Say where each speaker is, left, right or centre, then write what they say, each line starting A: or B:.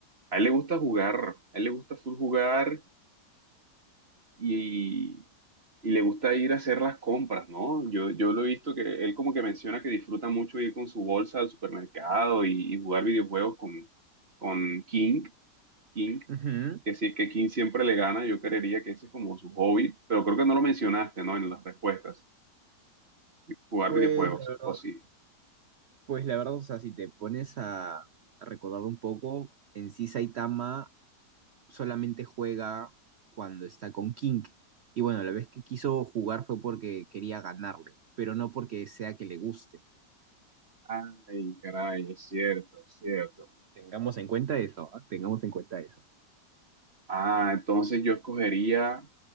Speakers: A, on the right (about 35°); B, on the right (about 75°).
A: a él le gusta jugar, a él le gusta full jugar. y, y le gusta ir a hacer las compras, ¿no? Yo, yo lo he visto que él como que menciona que disfruta mucho ir con su bolsa al supermercado y, y jugar videojuegos con, con King, King,
B: Ujú.
A: que sí, que King siempre le gana, yo creería que ese es como su hobby, pero creo que no lo mencionaste, ¿no? En las respuestas, jugar
B: Pues
A: videojuegos,
B: la verdad,
A: o sí.
B: pues la verdad, o sea, si te pones a, a recordar un poco, en sí Saitama solamente juega cuando está con King. Y bueno, la vez que quiso jugar fue porque quería ganarle, pero no porque sea que le guste.
A: Ay, caray, es cierto, es cierto.
B: Tengamos en cuenta eso, ¿ah? Tengamos en cuenta eso.
A: Ah, entonces yo escogería